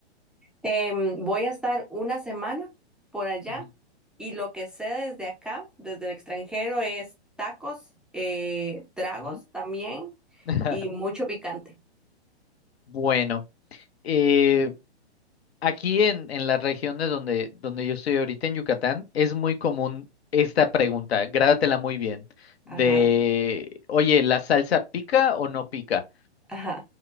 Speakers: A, in the centre; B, on the left.
A: em, voy a estar una semana por allá
B: Ujú,
A: y lo que sé desde acá, desde el extranjero, es tacos, eh, tragos
B: ujú.
A: también
B: <laughs>
A: y mucho picante.
B: Bueno, eh, Aquí en, en las regiones donde, donde yo estoy ahorita, en Yucatán, es muy común esta pregunta, grádatela muy bien,
A: Ajá,
B: de, oye, ¿la salsa pica o no pica?
A: ajá,